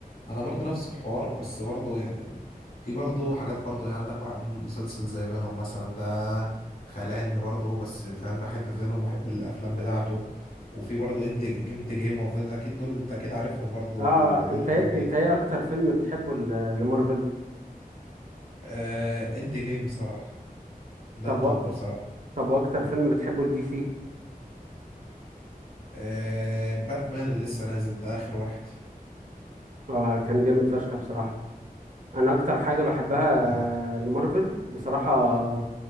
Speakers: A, on the left; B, on the right.
A: انا برضو نفس الحوار بس برضو يعني في برضو حاجات برضو يعني عندك واحد- مسلسل زي فينوم مثلا ده خيال علمي برضو بس فاهم بحب فينوم وبحب الافلام بتاعته وفي برضو اند جيم دي جيم وفين- اكيد دول انت اكيد عارفهم برضو
B: اه
A: دول
B: انت
A: حلوين
B: إيه- انت ايه اكتر فيلم بتحبه ل- لمارفل
A: آه اند جيم بصراحة ده
B: طب
A: التوب
B: و...
A: بصراحة
B: طب واكتر فيلم بتحبه لدي سي
A: آه باتمان اللي لسه نازل ده اخر واحد
B: اه كان جامد فشخ بصراحة انا اكتر حاجة
A: في
B: بحبها
A: آه
B: آه، لمارفل بصراحة آه،